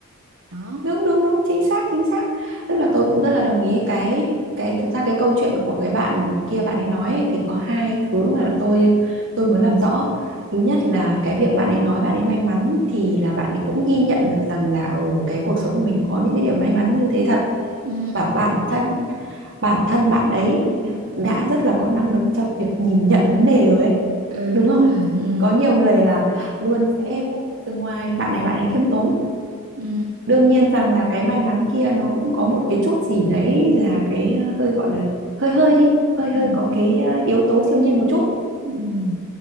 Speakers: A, on the right (about 90°); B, on the right (about 60°).
A: Đó.
B: đúng đúng đúng chính xác chính xác tức là tôi cũng rất là đồng ý cái cái thực ra cái câu chuyện của cái bạn kia bạn ấy nói ấy, thì có hai thứ mà là tôi tôi muốn làm rõ thứ nhất là cái việc bạn ấy nói bạn ấy may mắn thì là bạn ấy cũng ghi nhận được rằng là ở cái cuộc sống của mình có những cái điều may mắn như thế thật
A: Ừ.
B: và bản thân bản thân bạn ấy đã rất là có năng lực trong việc nhìn nhận vấn đề rồi ấy
A: Ừ
B: đúng
A: đúng
B: không
A: rồi. Ừ.
B: có nhiều người là luôn sẽ vỗ từ ngoài bạn này bạn ấy khiêm tốn
A: Ừ.
B: đương nhiên rằng là cái may mắn kia nó cũng có một cái chút gì đấy là cái ờ, hơi gọi là hơi hơi đi hơi
A: Ừ.
B: hơi có cái ờ, yếu tố siêu nhiên một chút
A: Ừ,